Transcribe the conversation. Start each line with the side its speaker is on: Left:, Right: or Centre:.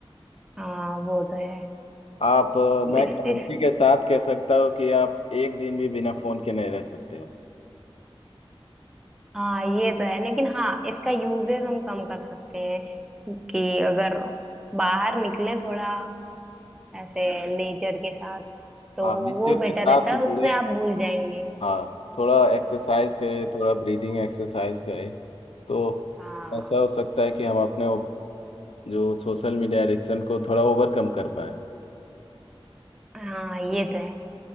Centre: हाँ वो तो है
Left: आप अ, मैं
Centre: इस
Left: गारंटी
Centre: इस
Left: के साथ कह सकता हूँ कि आप एक दिन भी बिना फ़ोन के नहीं रह सकते हो
Centre: हाँ ये तो है लेकिन हाँ इसका यूजेस हम कम कर सकते हैं कि अगर बाहर निकले थोड़ा ऐसे नेचर के साथ तो
Left: हाँ नेचर
Centre: वो बेटर
Left: के साथ
Centre: रहता है उसमें
Left: जुड़े
Centre: आप भूल जाएंगे
Left: हाँ थोड़ा एक्सरसाइज करें थोड़ा ब्रीदिंग एक्सरसाइज करें तो
Centre: हाँ
Left: ऐसा हो सकता है कि हम अपने ओव- जो सोशल मीडिया एडिक्शन को थोड़ा ओवरकम कर पाए
Centre: हाँ ये तो है